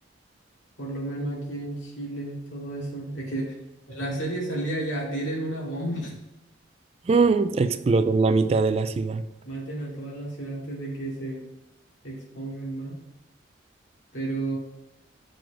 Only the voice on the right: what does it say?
Mm. Explota en la mitad de la ciudad